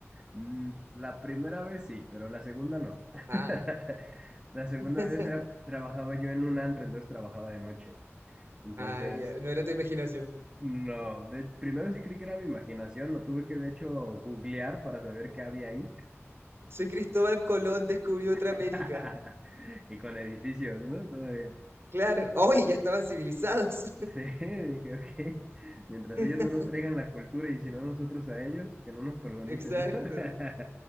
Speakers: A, on the right (about 20°); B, on the right (about 55°).
A: mm, la primera vez sí, pero la segunda no. <laughs>
B: Ah,
A: La segunda
B: <laughs>
A: vez era, trabajaba yo en un antro, entonces trabajaba de noche. Entonces,
B: ah, ya. No era tu imaginación.
A: no, de- primero sí creí que era mi imaginación, lo tuve que de hecho googlear para saber qué había ahí.
B: Soy Cristóbal Colón, descubrí otra América.
A: <laughs> Y con edificios, ¿no? Todavía.
B: Claro. Oye, ya estaban civilizados.
A: Sí, <laughs> dije, ok, mientras
B: <laughs>
A: ellos no nos traigan la cultura y si no nosotros a ellos, que no nos colonicen,
B: Exacto.
A: ¿no? <laughs>